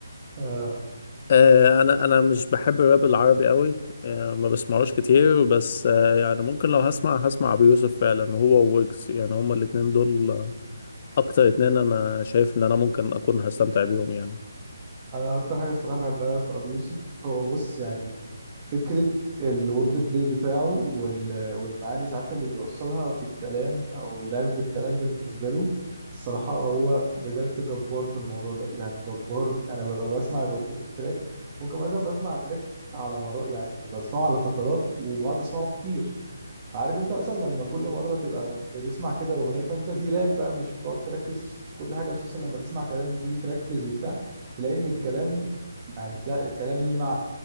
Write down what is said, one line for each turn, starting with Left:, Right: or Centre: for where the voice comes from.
Right: آه.
Left: آه، انا انا مش بحب الراب العربي قوي آه، ما بسمعوش كتير بس آه، يعني ممكن لو هسمع هسمع ابو يوسف فعلا هو وويجز يعني هما الاتنين دول آه، اكتر اتنين انا شايف ان انا ممكن اكون هستمتع بيهم يعني
Right: انا اكتر حاجه الصراحه بحبها في ابي يوسف هو بص يعني فكره الورد بلاي بتاعه وال- والمعاني ساعات اللي بيوصلها في الكلام او اللعب بالكلام بالنسبه له الصراحه هو بجد جبار في الموضوع ده يعني جبار انا ببقى بسمع الأغ- التراك ممكن مثلا بسمع تراك على مرات يعني بسمعه على فترات وبقعد اسمعه كتير فعارف انت مثلا لما كل مره تبقى بتسمع كده اغنيه فانت دي راب بقى مش بتقعد تركز في كل حاجه بس مثلا لما تسمع كلام وتيجي تركز وبتاع تلاقي ان الكلام يعني لا الكلام ليه معنى